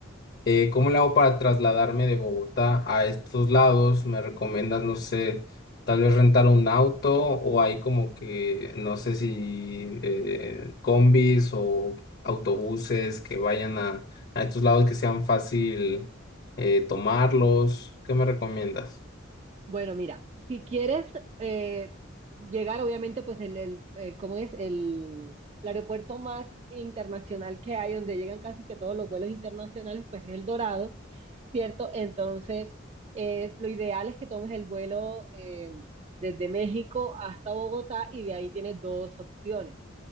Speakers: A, on the left; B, on the right.
A: eh, ¿cómo le hago para trasladarme de Bogotá a estos lados? ¿Me recomiendas, no sé, tal vez rentar un auto o hay como que, no sé si eh, combis o autobuses que vayan a, a estos lados que sean fácil eh, tomarlos? ¿Qué me recomiendas?
B: Bueno, mira, si quieres eh, llegar, obviamente, pues el, el, el- ¿cómo es? El, el aeropuerto más internacional que hay, donde llegan casi que todos los vuelos internacionales, pues es El Dorado, ¿cierto? Entonces, eh, lo ideal es que tomes el vuelo eh, desde México hasta Bogotá y de ahí tienes dos opciones.